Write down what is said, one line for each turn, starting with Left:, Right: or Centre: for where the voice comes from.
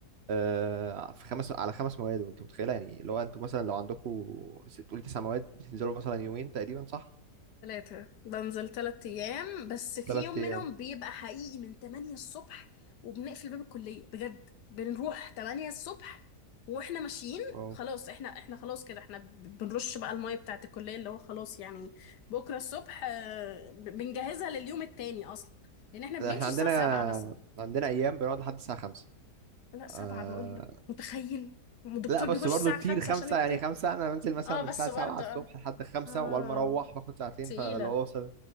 Right: آه، في خمس على خمس مواد وانت متخيلة يعني لو انتوا مثلا لو عندكم تقول تسع مواد بتنزلوا مثلا يومين تقريبا صح؟
Left: ثلاثة بنزل تلات أيام بس في
Right: ثلاث
Left: يوم منهم
Right: أيام
Left: بيبقى حقيقي من تمانية الصبح وبنقفل باب الكلية بجد بنروح تمانية الصبح واحنا ماشيين
Right: اه
Left: خلاص احنا احنا خلاص كده احنا ب- بنرش بقى المية بتاعت الكلية اللي هو خلاص يعني بكرة الصبح آه، ب- بنجهزها لليوم التاني أصلا لأن احنا بنمشي
Right: احنا عندنا
Left: الساعة سبعة مثلا
Right: عندنا أيام بنقعد لحد الساعة خمسة
Left: لا سبعة
Right: آه
Left: بقول لك متخيل الدكتور
Right: لا بس
Left: بيخش
Right: برضه
Left: الساعة
Right: كتير
Left: خمسة
Right: خمسة
Left: عشان يبتدي
Right: يعني خمسة أنا بنزل مثلا
Left: اه
Right: من
Left: بس
Right: الساعة
Left: برضه
Right: سبعة الصبح
Left: اه
Right: لحد خمسة
Left: اه
Right: وعلى ما أروح باخد ساعتين
Left: تقيلة
Right: فلو أوصل